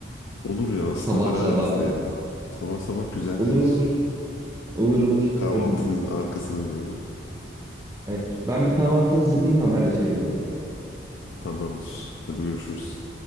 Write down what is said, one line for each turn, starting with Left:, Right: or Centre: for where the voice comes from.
Left: Olur ya aslında
Right: Sabah
Left: beraber
Right: sabah.
Left: izleyelim. Sabah sabah güzel
Right: Olur
Left: gelir.
Right: olur. Olur olur.
Left: Kahvaltının
Right: Hadi.
Left: arkasına böyle.
Right: Ay, Ben bir kahvaltı hazırlayayım haberleşelim o zaman.
Left: Tamamdır. Hadi görüşürüz.